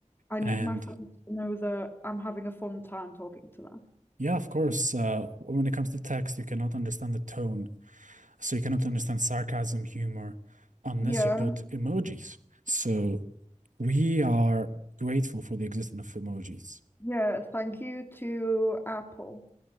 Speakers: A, on the left; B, on the right.
A: I need
B: And
A: my friends to know that I'm having a fun time talking to them.
B: yeah, of course, uh, when it comes to text, you cannot understand the tone So you cannot understand sarcasm, humor, unless
A: Yeah,
B: you put emojis. So we are grateful for the existence of emojis.
A: yeah. Thank you to Apple